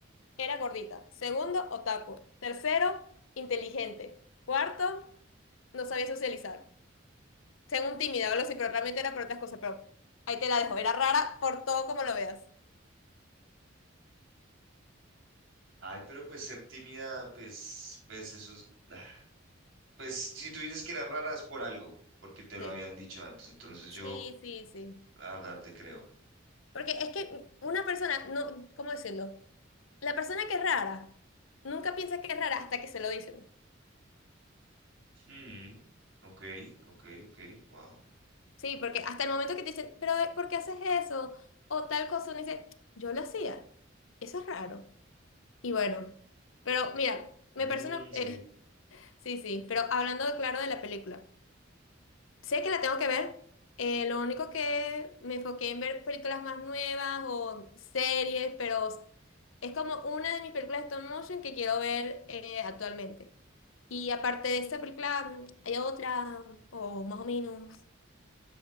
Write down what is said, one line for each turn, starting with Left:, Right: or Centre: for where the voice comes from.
Left: era gordita. Segundo, otaku. Tercero, inteligente. Cuarto, no sabía socializar. Tengo un tímida o algo así, pero realmente era por otras cosas, pero ahí te la dejo. Era rara por todo como lo veas.
Right: Ay, pero pues ser tímida, pues, pues eso es, ah, pues si tú dices que eras rara es por algo, porque te lo
Left: Sí,
Right: habían dicho antes, entonces
Left: sí,
Right: yo,
Left: sí, sí.
Right: la verdad, te creo.
Left: Porque es que una persona, no, ¿cómo decirlo? La persona que es rara, nunca piensa que es rara hasta que se lo dicen.
Right: Hmm, ok, ok, ok, wow.
Left: Sí, porque hasta el momento que te dicen, pero eh, ¿por qué haces eso? O tal cosa, uno dice, yo lo hacía. Eso es raro. Y bueno, pero mira, me
Right: Mm,
Left: persona,
Right: sí.
Left: eh, <laughs> sí, sí, pero hablando claro de la película. Sé que la tengo que ver. eh, lo único que me enfoqué en ver películas más nuevas o series, pero es como una de mis películas de stop motion que quiero ver eh, actualmente. Y aparte de esta película, mm, hay otra, o más o menos.